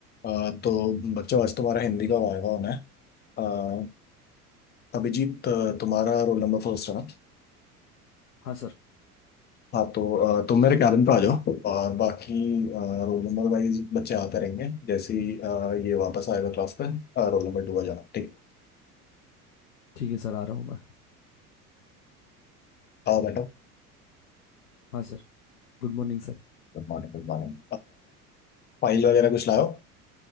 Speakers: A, on the left; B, on the left.
A: अ, तो बच्चों आज तुम्हारा हिंदी का वायवा होना है अ, अभिजीत अ, तुम्हारा रोल नंबर फर्स्ट है ना
B: हाँ सर
A: हाँ तो अ, तुम मेरे कैबिन पे आ जाओ और बाकी रोल नंबर वाइज बच्चे आते रहेंगे जैसे ही अ, ये वापस आएगा क्लास पे रोल नंबर टू आ जाना ठीक
B: ठीक है सर आ रहा हूँ मैं
A: आओ बैठो
B: हाँ सर Good morning sir
A: Good morning good morning File वगैरह कुछ लाओ